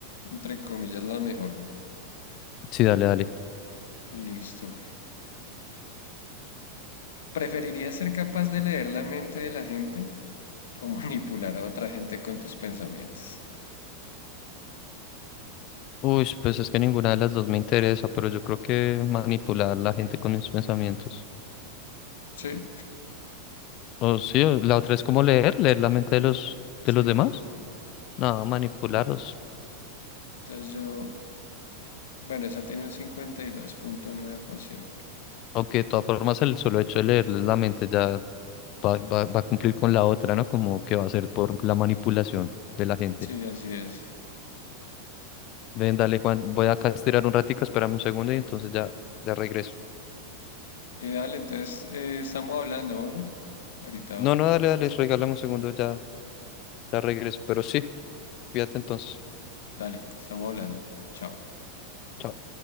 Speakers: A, on the left; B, on the left.
A: entre comillas, la mejor.
B: Sí, dale, dale.
A: Listo. ¿Preferirías ser capaz de leer la mente de la gente o manipular a otra gente con tus pensamientos?
B: Uy, pues es que ninguna de las dos me interesa, pero yo creo que manipular a la gente con mis pensamientos.
A: Sí,
B: O sí, o la otra es como leer, leer la mente de los,
A: sí.
B: de los demás. No, manipularlos.
A: Entonces yo, bueno, esa tiene un cincuenta y dos punto nueve por ciento
B: Aunque de todas formas el solo hecho de leerles la mente ya va, va, va a cumplir con la otra, ¿no? Como que va a ser por la manipulación de la gente.
A: Sí, así es.
B: Ven, dale, Juan, voy acá a estirar un ratico, espérame un segundo y entonces ya, ya regreso.
A: Eh, dale, entonces eh, estamos hablando, bueno. Ahorita,
B: No, no, dale, dale, regálame un segundo, ya, La regreso, pero sí, fíjate entonces.
A: dale, estamos hablando. Chao.
B: Chao.